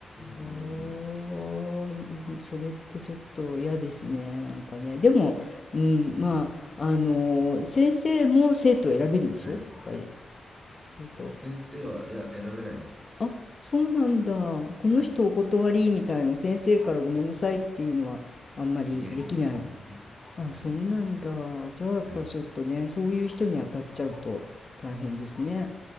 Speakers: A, on the right; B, on the left.
A: うん。
B: おー、それってちょっと嫌ですね、なんかね。でも、うん、
A: うん。
B: まあ、あの、先生も生徒を選べるんでしょやっぱり、
A: はい。
B: すると。
A: 先生は、いや、選べないですよ。
B: あ、そうなんだ。この人お断りみたいな先生からごめんなさいっていうのはあんまりできない。
A: はい。でできないんですよね。
B: あ、
A: はい。
B: そうなんだ。じゃあやっぱちょっとね、
A: はい。
B: そういう人に当たっちゃうと大変ですね。